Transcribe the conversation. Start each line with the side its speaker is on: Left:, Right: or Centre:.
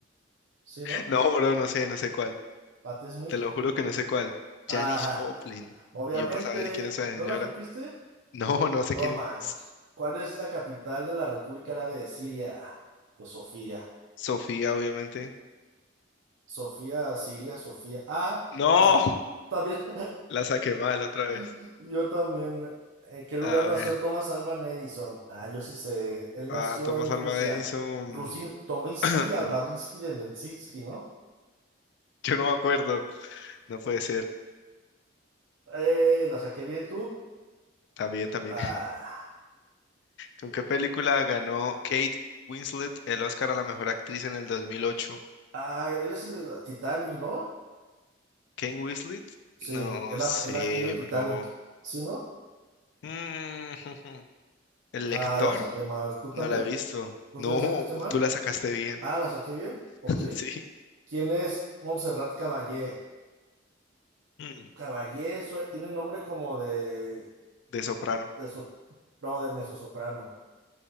Right: ¿Sí,
Left: <laughs>
Right: no?
Left: No, bro, no sé, no sé cuál.
Right: Patti Smith.
Left: Te lo juro que no sé cuál.
Right: Ah,
Left: Janis Joplin.
Right: <laughs> obviamente.
Left: Y yo para saber quién es esa
Right: ¿No
Left: señora.
Right: la supiste?
Left: <laughs> No, no sé
Right: No
Left: quién
Right: manches.
Left: es.
Right: ¿Cuál es la capital de la República Árabe de Siria? Pues Sofía.
Left: Sofía, obviamente.
Right: Sofía, Siria, Sofía. Ah,
Left: No,
Right: la sa- También,
Left: la saqué mal otra vez.
Right: <laughs> yo también. ¿En qué lugar
Left: A
Right: nació
Left: ver.
Right: Thomas Alban Edison? Ah, yo sí sé. Él
Left: Ah,
Right: nació
Left: Thomas
Right: en Rusia.
Left: Alva Edison.
Right: Rusin, Tominsky,
Left: <clears throat>
Right: Albaninsky, Dendensky, ¿no?
Left: Yo no me acuerdo. No puede ser.
Right: Eh, ¿la saqué bien tú?
Left: También, también.
Right: Ah,
Left: <laughs> ¿Con qué película ganó Kate Winslet el Oscar a la mejor actriz en el 2008?
Right: ah, él es el de la Titanic, ¿no?
Left: Kane Winslet,
Right: Sí,
Left: no
Right: es la,
Left: sé,
Right: es la actriz de Titanic.
Left: bro.
Right: ¿Sí, no?
Left: Mm, <laughs> ¿El lector?
Right: Ah, la saqué mal. ¿Tú también?
Left: No la he visto.
Right: ¿No
Left: No,
Right: te la sacaste
Left: pues
Right: mal?
Left: tú la sacaste bien.
Right: Ah, la saqué bien. Ok.
Left: <laughs> Sí.
Right: ¿Quién es Montserrat Caballé?
Left: Mm,
Right: Caballé sue- tiene nombre como de,
Left: De soprano,
Right: de so- no, de mezzosoprano.